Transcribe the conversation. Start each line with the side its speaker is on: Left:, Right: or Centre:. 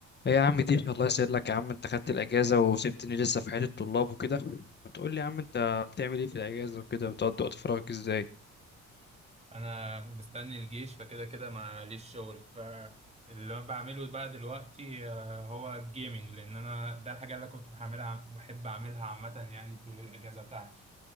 Left: ايه يا عم دي الله يسعدك يا عم انت خدت الاجازه وسبتني لسه في حياه الطلاب وكده ما تقول لي يا عم انت بتعمل ايه في الاجازه وكده بتقضي وقت فراغك ازاي
Right: انا مستني الجيش فكده كده معليش شغل فاللي انا بعمله بقى دلوقتي آه، هو الجيمنج لان انا ده الحاجه اللي أنا كنت بعملها بحب اعملها عامه يعني طول الاجازه بتاعتي